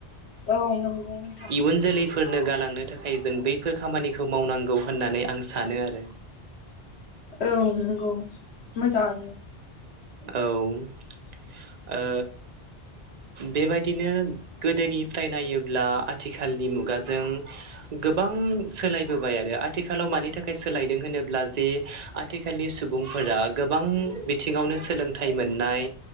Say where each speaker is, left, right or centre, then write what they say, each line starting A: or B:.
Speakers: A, on the left (about 80°); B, on the right (about 50°).
A: औ नंगौ नोंथां।
B: इयुन जोलैफोरनो गालांनो थाखाय जों बैफोर खामानिखौ मावनांगौ होननानै आं सानो आरो
A: औ नंगौ मोजाङानो
B: औ ओ बेबायदिनो गोदोनिफ्राय नायोब्ला आथिखालनि मुगाजों गोबां सोलायबोबाय आरो आथिखालाव मानि थाखाय सोलायदों होनोब्ला जे आथिखालनि सुबुं फोर गोबां बिथिङावनो स सोलोंथाय मोननाय